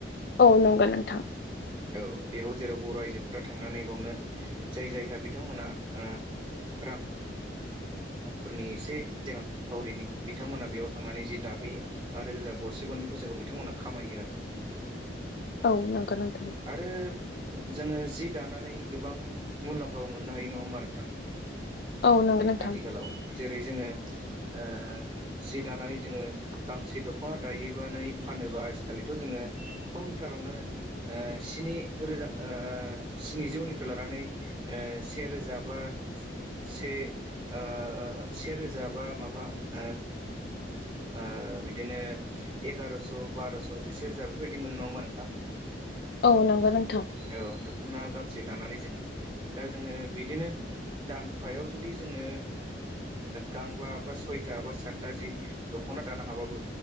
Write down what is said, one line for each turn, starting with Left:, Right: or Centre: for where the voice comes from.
Left: औ नंगौ नोंथां।
Right: औ बेयाव जेराव बर आइजोफोरा थांनानै बावनो जाय जायहा बिथांमोनहा ओ रां। रांफोरनि एसे रांखावरिनि बिथांमोना बेयाव थांनानै जि दाहोयो आरो जा गरसे गरनै फैसाखौ बिथांमोना खामायो आरो।
Left: औ नंगौ नंगौ।
Right: आरो। जोंङो जि दानानै गोबां मुलाम्फाबो मोननो हायो नङा होमबा नोंथां।
Left: औ नंगौ नोंथां।
Right: आथिखालाव जेरै जोंङो ओ जि दानानै जोंङो गांसे दखना दायोबानै फानोबा आजिखालिथ जोंङो खमथारावनो। ओ स्नि रोजा ओ स्निजौनिफ्राय लानानै ओ से रोजा बा से ओ से रोजा बा माबा ओ ओ बिदिनो एगारस बारस जिसे रोजा बेफोरबायदि मोनो नङा होनबा नोंथां।
Left: औ नंगौ नोंथां
Right: औ दखना गांसे दानानै जोंङो दा जोंङो बिदिनो दानफायाव जुदि जोंङो गांबा बा सयथा बा सातथा जि दखना दानो हाबाबो